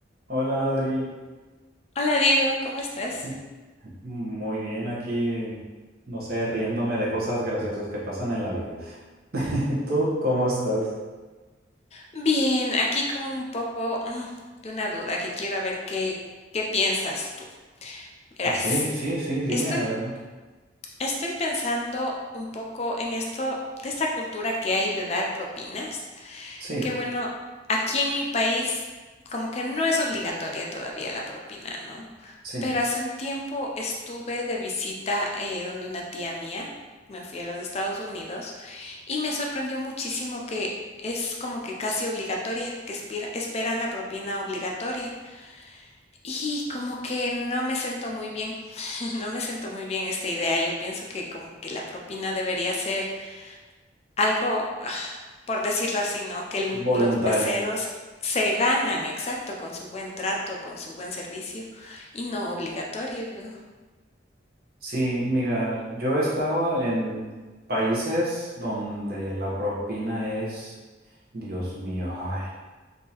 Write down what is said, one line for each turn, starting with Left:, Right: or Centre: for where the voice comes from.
Right: Hola Adri,
Left: Hola Diego, ¿cómo estás?
Right: <laughs> muy bien aquí, no sé, riéndome de cosas graciosas que pasan en la vida. <laughs> ¿Tú cómo estás?
Left: Bien, aquí con un poco mm, de una duda que quiero a ver qué, qué piensas tú. Verás,
Right: Ok, sí, sí, dime,
Left: estoy,
Right: adelante.
Left: estoy pensando un poco en esto de esta cultura que hay de dar propinas.
Right: Sí,
Left: que bueno, aquí en mi país como que no es obligatoria todavía la propina, ¿no?
Right: sí,
Left: Pero hace un tiempo estuve de visita eh, donde una tía mía, me fui a los Estados Unidos y me sorprendió muchísimo que es como que casi obligatoria, que espira- esperan la propina obligatoria. Y como que no me sentó muy bien, <laughs> no me sentó muy bien esta idea. Yo pienso que como que la propina debería ser algo, ah, por decirlo así, ¿no? Que el
Right: voluntario.
Left: los meseros se ganan, exacto, con su buen trato, con su buen servicio, y no obligatorio.
Right: Sí, mira, yo he estado en países donde la propina es, Dios mío, ay.